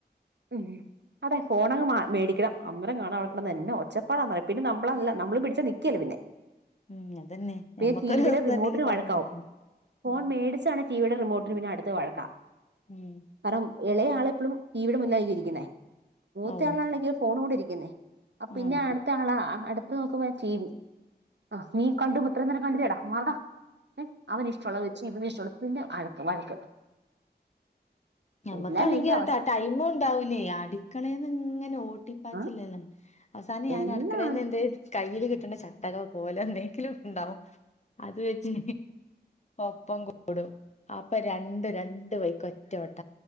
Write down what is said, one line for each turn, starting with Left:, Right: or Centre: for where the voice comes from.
Right: <inaudible> അതെ ഫോൺ അങ്ങ് മേടിക്കണം അന്നരം കാണാം അവിടെ കിടന്ന് എന്നാ ഒച്ചപ്പാടാ പിന്നെ നമ്മളല്ല നമ്മള് പിടിച്ചാ നിക്കിയേല പിന്നെ
Left: ഉം അതന്നെ
Right: പിന്നെ
Left: ഞമ്മക്കൊരു
Right: ടിവിയുടെ
Left: ദിവസം
Right: റിമോട്ടിന്
Left: തന്നെക്ക് ഫോണ്
Right: വഴക്കാവും
Left: കൊടുക്കണം
Right: ഫോൺ
Left: ഉം
Right: മേടിച്ചാണെ- ടി വി യുടെ റിമോട്ടിന് പിന്നെ അടുത്ത വഴക്കാ
Left: ഉം
Right: കാരണം ഇളയ ആള് എപ്പോഴും ടിവിടെ മുന്നെ ഇരിക്കുന്നേ മൂത്ത
Left: ഓ
Right: ആളാണങ്കി ഫോൺ കൊണ്ടിരിക്കുന്നേ അപ്പം പിന്നെ
Left: ആഹ്
Right: അടുത്ത ആളാ അടുത്ത അത് നോക്കുമ്പ ടിവി ആ നീ കണ്ടും ഇത്രയും നേരം കണ്ടില്ലേടാ മറടാ ഏഹ് അവൻ ഇഷ്ട- ഇഷ്ടമുള്ളത് വച്ച് ഇവന് ഇഷ്ടമു പിന്നെ വഴക്ക്
Left: ഞമ്മക്കാണെങ്കിൽ
Right: എല്ലാ വീടിന്റെ അവസ്ഥ
Left: ടൈമും ണ്ടാവൂലേ അടുക്കളന്ന് ഇങ്ങനെ ഓട്ടിപ്പാച്ചിലല്ലേ
Right: ആ
Left: അവസാനം ഞാൻ
Right: എല്ലാം
Left: അടുക്കളന്ന് എ കയ്യില് കിട്ടണ ചട്ടകോ കോലോ എന്തെങ്കിലും ഉണ്ടാവും അത് വെച്ച് ഒപ്പം കൂടും അപ്പൊ രണ്ടും രണ്ട് വഴിക്ക് ഒറ്റ ഓട്ട